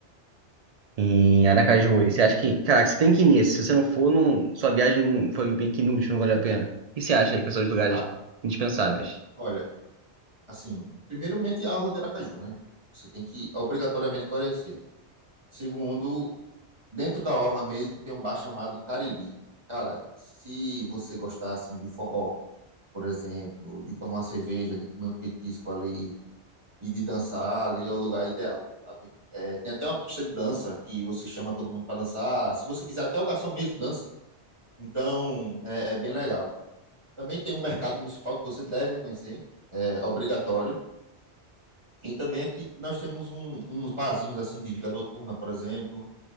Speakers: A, on the right (about 55°); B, on the right (about 25°).
A: em Aracaju. E você acha que, caraca, você tem que ir nesse. Se você não for, não, sua viagem não- foi bem que inútil, não valeu a pena. O que você acha aí que são os lugares
B: Tá,
A: indispensáveis?
B: olha, assim, primeiramente a orla de Aracaju, né? Você tem que obrigatoriamente conhecer. Segundo, dentro da orla mesmo tem um bar chamado Cariri. Cara, se você gostar assim de forró, por exemplo, de tomar uma cerveja, de comer um petisco ali, e de dançar ali é o lugar ideal, sabe? É, tem até uma pista de dança que você chama todo mundo para dançar. Se você quiser, até o garçom mesmo dança. Então, é, é bem legal. Também tem um mercado municipal que você deve conhecer, é obrigatório. E também aqui nós temos um- uns barzinhos assim de vida noturna, por exemplo,